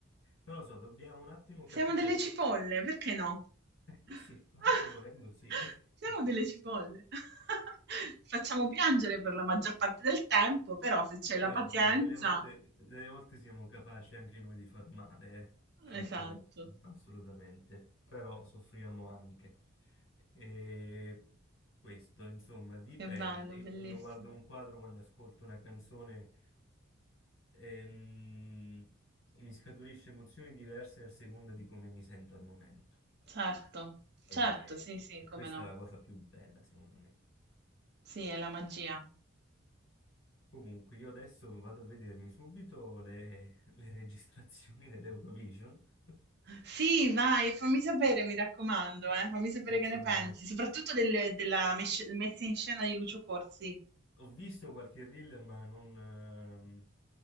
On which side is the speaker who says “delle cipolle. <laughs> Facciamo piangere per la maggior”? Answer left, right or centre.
Right